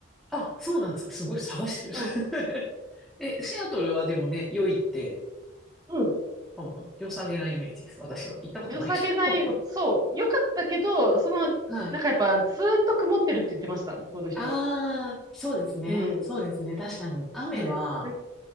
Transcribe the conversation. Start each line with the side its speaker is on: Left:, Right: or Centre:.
Centre: あ、そうなんですか。すごい探してる。
Right: うん。
Centre: <laughs> え、シアトルはでもね、良いって、
Right: うん。
Centre: 多分、良さげなイメージです。私は。行ったことないけど。
Right: 良さげない、そう、良かったけど、その、
Centre: <laughs> はい。
Right: なんかやっぱ、ずーっと曇ってるって言ってました、向こうの人が。
Centre: ああ、そうですね。
Right: うん。
Centre: そうですね。確かに、雨は
Right: ね。ね